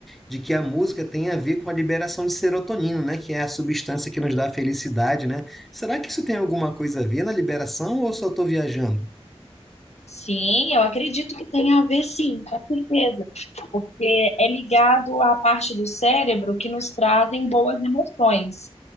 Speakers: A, in the centre; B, on the left.
A: de que a música tem a ver com a liberação de serotonina, né? Que é a substância que nos dá felicidade, né? Será que isso tem alguma coisa a ver na liberação ou eu só estou viajando?
B: Sim, eu acredito que tem a ver, sim, com certeza, porque é ligado à parte do cérebro que nos trazem boas emoções.